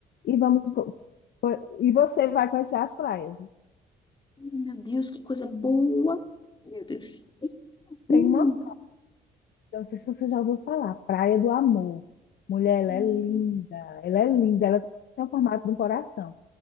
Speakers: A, on the left; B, on the left.
A: e vamos co- e você vai conhecer as praias.
B: Meu Deus, que coisa boa. Meu Deus.
A: Tem
B: Hum,
A: uma, eu não sei se você já ouviu falar, Praia do Amor. Mulher, ela
B: hum.
A: é linda, ela é linda, ela tem o formato de um coração.